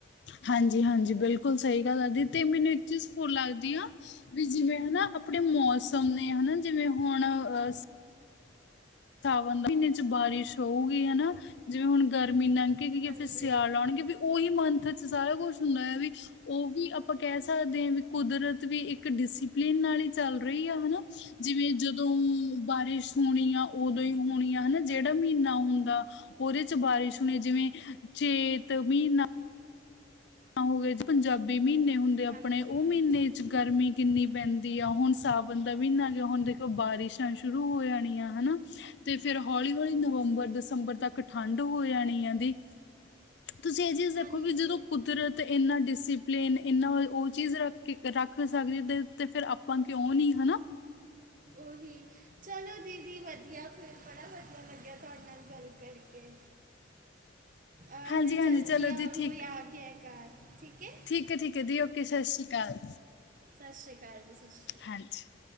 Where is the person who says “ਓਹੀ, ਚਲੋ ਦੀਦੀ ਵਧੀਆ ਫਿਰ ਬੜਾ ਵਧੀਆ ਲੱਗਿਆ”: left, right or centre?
Right